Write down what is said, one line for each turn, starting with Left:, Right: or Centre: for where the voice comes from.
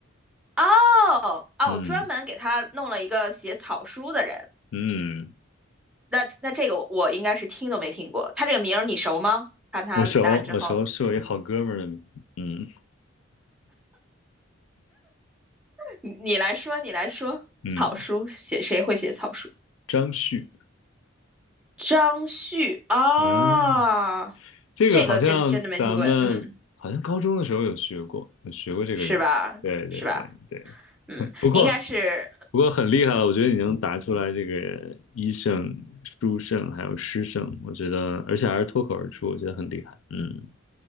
Centre: 哦哦，
Left: 嗯
Centre: 专门给他弄了一个写草书的人。
Left: 嗯，
Centre: 那那这个我我应该是听都没听过，他这个名儿你熟吗？看他答案之后，
Left: 我熟，我熟，是我一好哥们儿的名字。嗯
Centre: 你你来说，你来说，
Left: 嗯，
Centre: 草书写谁会写草书？
Left: 张旭。
Centre: 张旭啊，
Left: 嗯，这个好像咱们好像高中的时候有学过，
Centre: 这个真真的没听过，嗯，
Left: 有学过这个人。
Centre: 是吧？
Left: 对对对对，
Centre: 是吧？嗯，
Left: 不过。
Centre: 应该是
Left: 不过很厉害了，我觉得你能答出来这个医圣、书圣还有诗圣，我觉得，而且还是脱口而出，我觉得很厉害。嗯，